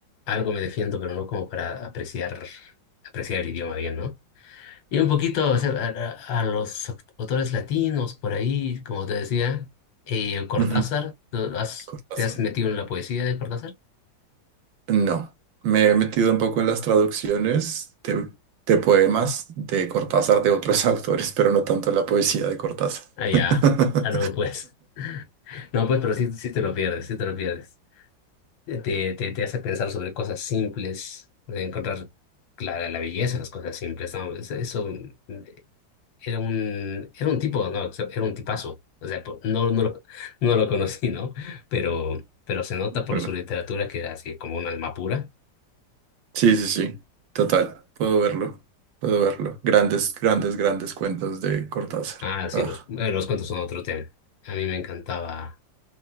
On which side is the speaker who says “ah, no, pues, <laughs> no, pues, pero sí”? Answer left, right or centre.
Left